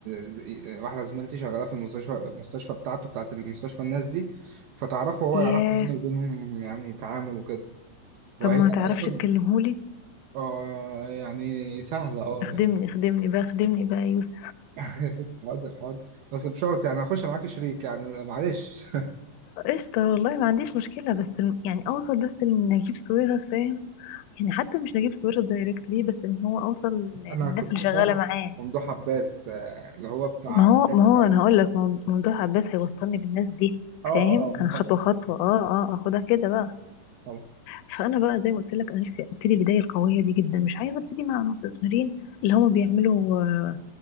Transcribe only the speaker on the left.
ياه
طب ما تعرفش
تكلمهولي
اخدمني
اخدمني بقى اخدمني بقى يا يوسف
قشطة والله ما عنديش مشكلة بس الم- يعني أوصل بس لنجيب ساويرس فاهم يعني حتى مش نجيب ساويرس دايركتلي بس إن هو أوصل للناس
اللي
شغالة معاه
ما هو ما هو
أنا هقول لك مو- موضوع عباس هيوصلني بالناس دي
فاهم أنا خطوة
خطوة أه أه أخدها كده بقى
فأنا بقى زي ما قلت لك أنا نفسي أبتدي البداية القوية دي جدا مش عايزة أبتدي مع مستثمرين اللي هم بيعملوا آه،